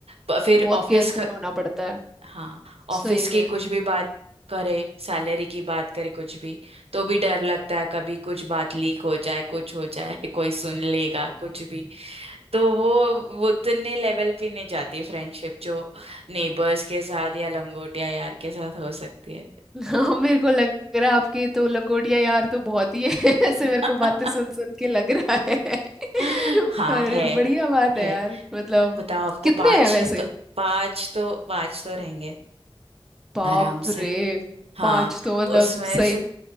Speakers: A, on the right (about 85°); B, in the centre.
A: प- फिर
B: बहुत
A: ऑफिस
B: केयरफुल
A: का
B: होना पड़ता है
A: हाँ ऑफिस
B: सही में
A: की कुछ भी बात करे सैलरी की बात करे कुछ भी तो भी डर लगता है कभी कुछ बात लीक हो जाए कुछ हो जाए <laughs> कोई सुन लेगा कुछ भी तो वो वो उतने लेवल पे नहीं जाती फ्रेंडशिप जो नेबर्स के साथ या लंगोटिया यार के साथ हो सकती है
B: हाँ मेरे को लग रहा है आपके तो लंगोटिया यार तो बहुत ही है <laughs> ऐसे
A: <laughs>
B: मेरे को बातें सुन सुन के लग रहा है <laughs>
A: हाँ
B: पर
A: है
B: बढ़िया बात
A: है
B: है यार मतलब
A: बताओ आपको
B: कितने
A: पांच
B: हैं वैसे
A: है तो पांच तो पांच तो रहेंगे
B: बाप
A: आराम से
B: रे
A: हाँ
B: पांच तो मतलब
A: उसमें
B: सही
A: से